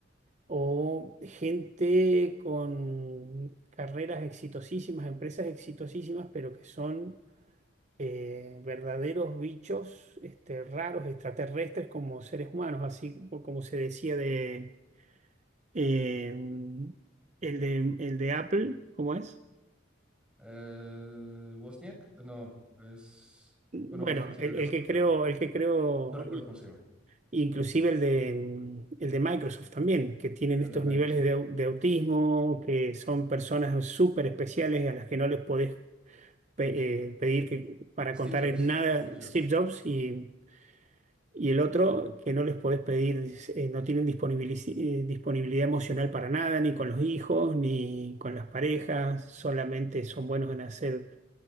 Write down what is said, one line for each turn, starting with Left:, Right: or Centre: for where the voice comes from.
Right: O gente con carreras exitosísimas, empresas exitosísimas, pero que son eh, verdaderos bichos este, raros, extraterrestres como seres humanos, así como se decía de Eh, el de, el de Apple, ¿cómo es?
Centre: Eh, Wozniak, no, es...
Right: Bueno,
Centre: Bueno, Wozniak sí
Right: el,
Centre: era de
Right: el
Centre: Apple,
Right: que creo,
Centre: pero
Right: el que creo,
Centre: no recuerdo
Right: i-
Centre: cómo se llama.
Right: inclusive el de, mm, el de Microsoft también, que tienen
Centre: El
Right: estos
Centre: de Microsoft.
Right: niveles de, au- de autismo, que son personas súper especiales a las que no les podés pe- eh, pedir que, para
Centre: Steve
Right: contar
Centre: Jobs,
Right: en nada
Centre: Steve Jobs.
Right: Steve Jobs y, y el otro que no les podés pedir, eh, no tienen disponibilici- eh, disponibilidad emocional para nada, ni con los hijos, ni con las parejas, solamente son buenos en hacer